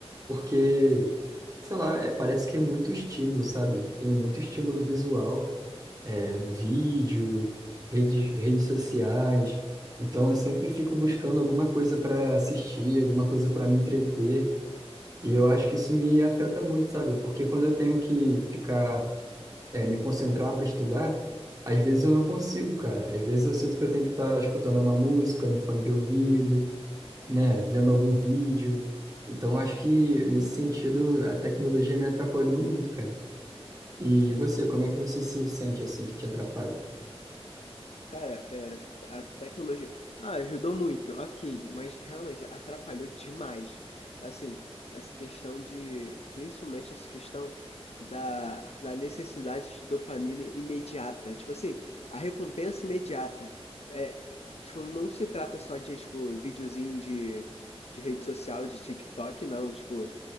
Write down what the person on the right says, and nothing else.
porque, sei lá, é, parece que é muito estímulo, sabe? Tem muito estímulo visual, é, vídeo, redes, redes sociais. Então, eu sempre fico buscando alguma coisa para assistir, alguma coisa para me entreter. E eu acho que isso me afeta muito, sabe? Porque quando eu tenho que ficar é, me concentrar para estudar, às vezes eu não consigo, cara. Às vezes eu sinto que eu tenho que estar escutando uma música no fone de ouvido, né, vendo algum vídeo. Então, acho que nesse sentido a tecnologia me atrapalhou muito, cara. E você,
como é que você se sente assim que te atrapalha?